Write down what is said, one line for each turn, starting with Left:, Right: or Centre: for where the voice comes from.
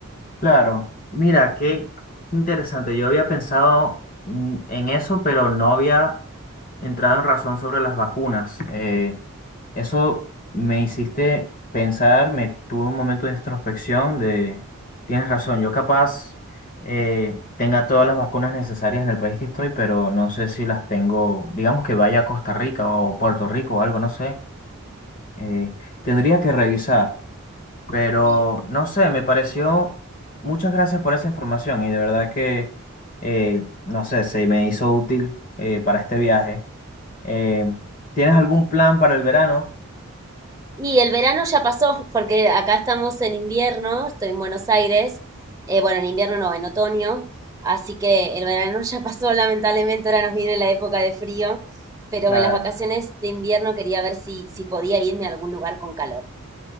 Left: claro. Mira, qué interesante. Yo había pensado mm, en eso, pero no había entrado en razón sobre las vacunas. Eh, Eso me hiciste pensar, me tuvo un momento de introspección de, tienes razón, yo capaz eh, tenga todas las vacunas necesarias en el país que estoy, pero no sé si las tengo, digamos que vaya a Costa Rica o Puerto Rico o algo, no sé. eh, tendría que revisar, pero
Right: Sí,
Left: no sé, me pareció, muchas gracias por esa información y de verdad que, eh, no sé, se me hizo útil eh, para este viaje. Eh, ¿tienes algún plan para el verano?
Right: Y el verano ya pasó, porque acá estamos en invierno, estoy en Buenos Aires, eh, bueno, en invierno no, en otoño, así que el verano <laughs> ya pasó, lamentablemente ahora nos viene la época de frío, pero
Left: Claro.
Right: en las vacaciones de invierno quería ver si, si podía irme a algún lugar con calor.